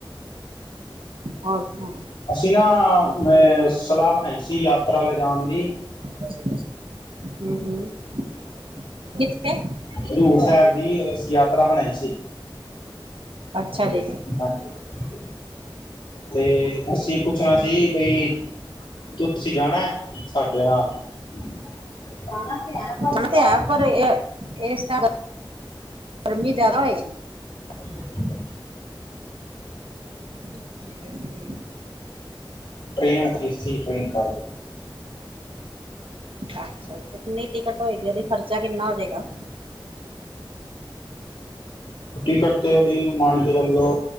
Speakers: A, on the right (about 80°); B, on the left (about 70°).
A: ਹੋਰ ਸੁਨਾਔ
B: ਅਸੀਂ ਨਾ ਅ ਸਲਾਹ ਬਣਾਈ ਸੀ ਯਾਤਰਾ ਲੈਜਾਣ ਦੀ
A: <unintelligible>
B: ਹਜੁਰੂ ਸਾਹਿਬ ਦੀ ਅੱਸੀ ਯਾਤਰਾ ਬਣਾਈ ਸੀ
A: ਅੱਛਾ ਜੀ
B: ਹਾਂਜੀ ਤੇ ਅਸੀਂ ਪੁੱਛਣਾ ਸੀ ਬਈ ਤੁਸੀਂ ਜਾਣਾ ਏ ਸਾਡੇ ਨਾਲ <unintelligible>
A: ਹੁਣ ਤੇ ਹੈ ਪਰ ਇਸ ਟੇਮ ਗਰਮੀ ਜ਼ਿਆਦਾ ਹੋਏਗੀ
B: <unintelligible>
A: ਕੀ ਅੱਸੀ ਇਸ ਵਾਰੀ
B: ਟ੍ਰੇਨ ਏਸੀ ਟ੍ਰੇਨ ਪਰ
A: ਅੱਛਾ ਤੇ ਕਿੰਨੀ ਟਿਕਟ ਹੋਏਗੀ ਉਸ ਦਾ ਖਰਚਾ ਕਿੰਨਾ ਹੋ ਜਾਏਗਾ
B: ਟਿਕਟ ਤੇ ਉਸ ਦੇ ਮਨ ਕੇ ਚਲੋ